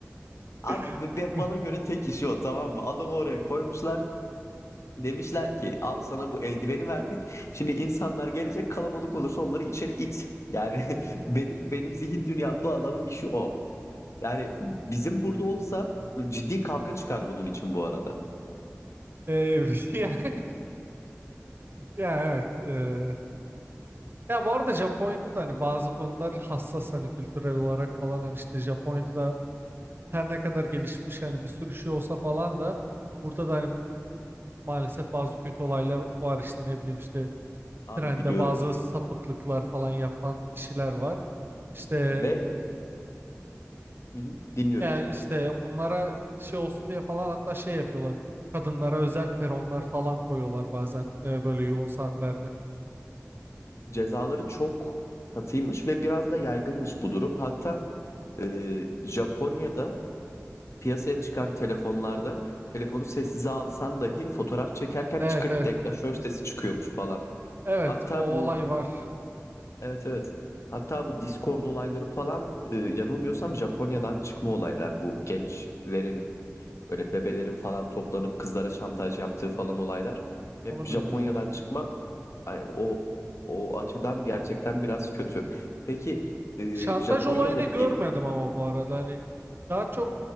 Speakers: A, on the left; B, on the right.
A: abi
B: <laughs>
A: ve bana göre tek işi o tamam mı? Adamı oraya koymuşlar. Demişler ki al sana bu eldiveni verdik. Şimdi insanlar gelecek kalabalık olursa onları içeri it. Yani <laughs> benim benim zihin dünyamda o adamın işi o. Yani bizim burada olsa ciddi kavga çıkar bunun için bu arada.
B: Ee, <laughs> Ya evet. eee, ya bu arada Japonya'da da hani bazı konular hassas hani kültürel olarak falan hani işte Japonya'da da her ne kadar gelişmiş hani bir sürü şey olsa falan da burada da hani maalesef bazı kötü olaylar var işte ne bileyim işte
A: Abi
B: trende
A: biliyorum
B: bazı sapıklıklar falan yapan kişiler var. İşte
A: ve Hı hı, dinliyorum.
B: yani işte bunlara şey olsun diye falan hatta şey yapıyorlar. Kadınlara özel peronlar falan koyuyorlar bazen eee, böyle yoğun saatlerde.
A: Cezaları çok katıymış ve biraz da yaygınmış bu durum. Hatta e, Japonya'da piyasaya çıkan telefonlarda telefonu sessize alsan dahi fotoğraf çekerken
B: Evet
A: çıkırt
B: evet.
A: deklanşör sesi çıkıyormuş falan.
B: Evet
A: Hatta
B: o
A: bu
B: olay var.
A: evet evet. Hatta bu Discord olayları falan e, yanılmıyorsam Japonya'dan çıkma olaylar. Bu gençlerin böyle bebelerin falan toplanıp kızlara şantaj yaptığı falan olaylar hep
B: Onu
A: Japonya'dan
B: bilmiyorum.
A: çıkma. Ay, o o açıdan gerçekten biraz kötü. Peki e,
B: Şantaj
A: Japonya'daki
B: olayını görmedim ama bu arada hani daha çok